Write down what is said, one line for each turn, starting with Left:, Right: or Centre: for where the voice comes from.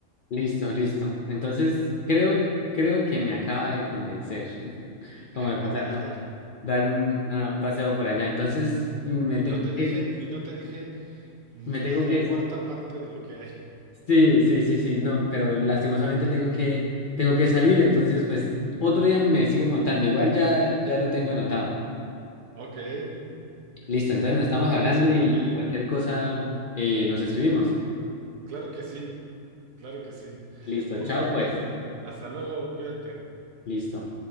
Left: Listo, listo. Entonces, creo, creo que me acaba de convencer, <laughs> como
Right: <laughs>
Left: de pasar a dar un, a un paseo por allá. Entonces, me
Right: Y
Left: tengo
Right: no te dije,
Left: que,
Right: y no te dije ni
Left: me tengo
Right: la
Left: que,
Right: cuarta parte de lo que hay.
Left: sí, sí, sí, sí, no, pero lastimosamente tengo que, tengo que salir. Entonces, pues, otro día me sigue contando. Igual ya, ya lo tengo anotado.
Right: <laughs> Ok.
Left: Listo, entonces nos estamos
Right: Me parece
Left: hablando
Right: muy
Left: y,
Right: bien.
Left: y cualquier cosa eh, nos escribimos.
Right: Claro que sí, claro que sí.
Left: Listo,
Right: Muy
Left: chao,
Right: bien,
Left: pues.
Right: Daniel. Hasta luego, cuídate.
Left: Listo.